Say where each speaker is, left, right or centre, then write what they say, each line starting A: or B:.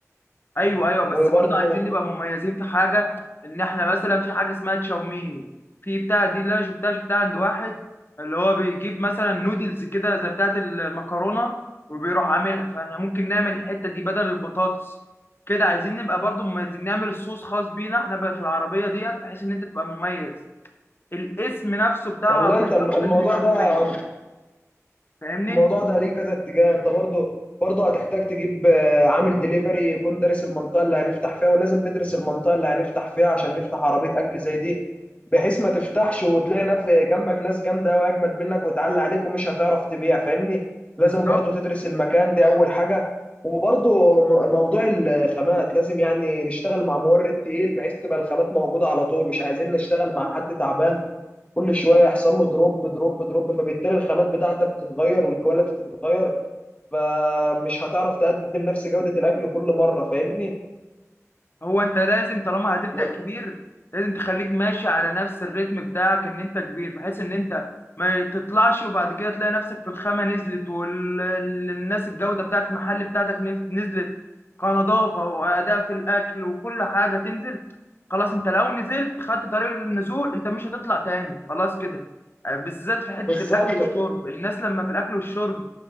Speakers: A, on the left; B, on the left.
A: ايوه ايوه بس
B: وبرضه
A: برضه عايزين نبقى مميزين في حاجه ان احنا مثلا في حاجه اسمها تشاوميني في بتاع دي اللي انا شفتها شفتها عند واحد اللي هو بيجيب مثلا نودلز كده زي بتاعه المكرونه وبيروح عاملها فاحنا ممكن نعمل الحته دي بدل البطاطس كده عايزين نبقى برضه مميزين نعمل صوص خاص بينا احنا بقى في العربيه ديت بحيث ان انت تبقى مميز الاسم نفسه بتاع
B: والله
A: العربيه
B: انت الم- الموضوع
A: لازم يبقى
B: ده
A: مميز فاهمني
B: الموضوع ده ليه كذا اتجاه انت برضه برضه هتحتاج تجيب آه، عامل دليفري يكون دارس المنطقه اللي هنفتح فيها ولازم ندرس المنطقه اللي هنفتح فيها عشان نفتح عربيه اكل زي دي بحيث ما تفتحش وتلاقي نف جنبك ناس جامده واجمد منك وتعلي عليك ومش هتعرف تبيع فاهمني لازم
A: بالظبط
B: برضه تدرس المكان دي اول حاجه وبرضه م- موضوع الخامات لازم يعني نشتغل مع مورد تقيل بحيث تبقى الخامات موجوده على طول مش عايزين نشتغل مع حد تعبان كل شويه يحصل له دروب دروب دروب فبالتالي الخامات بتاعتك تتغير والكواليتي تتغير فمش هتعرف تقدم نفس جوده الاكل كل مره فاهمني
A: هو انت لازم طالما هتبدأ
B: و-
A: كبير لازم تخليك ماشي على نفس الريتم بتاعك ان انت كبير بحيث ان انت ما تطلعش وبعد كده تلاقي نفسك في الخامة نزلت والناس الجودة بتاعت المحل بتاعتك نف- نزلت كنظافة وأداء في الأكل وكل حاجة تنزل خلاص انت لو نزلت خدت طريق النزول انت مش هتطلع تاني خلاص كده آه، بالذات في حتة
B: بالظبط
A: الأكل والشرب الناس لما في الأكل والشرب